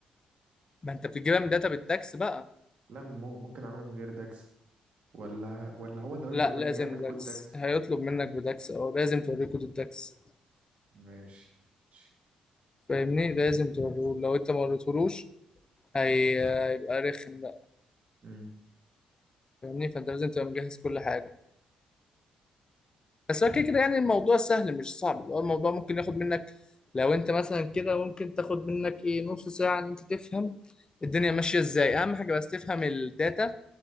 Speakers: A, on the left (about 30°); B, on the right (about 55°).
A: ما انت بتجيبها من داتا بالدكس بقى
B: لا مو- ممكن اعمله من غير داكس ولا ولا هو اللي هيطلب
A: لا لازم
B: مني اعمل
A: دكس
B: كود داكس
A: هيطلب منك بدكس او لازم توريه كود الدكس
B: ماشي ماشي
A: فاهمني لازم توريه لو انت ما وريتهولوش هي-
B: خلاص
A: هيبقى رخم بقى
B: امم
A: فاهمني فانت لازم تبقى مجهز كل حاجة بس هو كده كده يعني الموضوع سهل مش صعب اللي هو الموضوع ممكن ياخد منك لو انت مثلا كده ممكن تاخد منك ايه نص ساعة ان انت تفهم الدنيا ماشية ازاي اهم حاجة بس تفهم الداتا